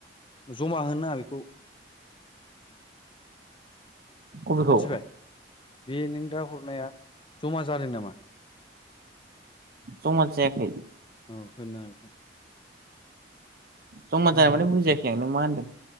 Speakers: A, on the left; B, on the right.
A: ज'मा होननाङा बेखौ
B: अबेखौ
A: मोनथिबाय? बे नों दा हरनाया ज'मा जादों नामा?
B: ज'मा जायाखै।
A: औ होननाङा बेखौ।
B: ज'मा जानाय
A: ओ
B: माने बुजियाखै आं नों मा होन्दों?